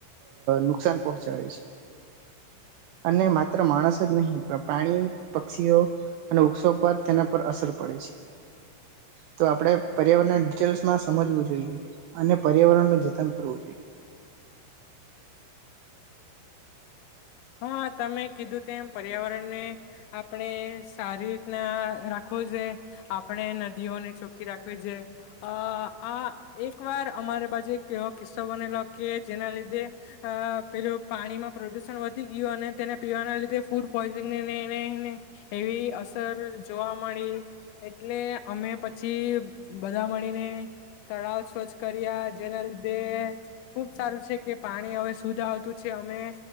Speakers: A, on the right; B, on the left.
A: નુકસાન પહોંચાડે છે, અને માત્ર માણસ. નહી, પણ પાણી પક્ષીઓ અને વૃક્ષો પર તેના પર અસર પડે છે, તો આપણે પર્યાવરણના ડિટેલ્સમાં સમજવું, જોઈએ અને પર્યાવરણ ન જતન કરવું જોઈએ.
B: હા, તમે. કીધું, તેમ પર્યાવરણને આપણે સારી રીતના. આખું છે, આપણે નદીઓને ચ. ખી રાખવી છે, અ આ એક વાર અમારે પાસે. કેવો કિસ્સો બનેલો કે, જેના લીધે અ, પેલું પાણીમાં પ્રદુષણ વધ. ગ અને તેને પીવાના લીધે ફૂડ પોઈઝનનેને, એવી અસર જોવા મળી એટલે અમે પછી, બધા મળીને તળાવ સ્વછ કર્યા જેના લીધે ખુબ સારું છે, કે પાણી હવે શુદ્ધ આવતું છે અમે.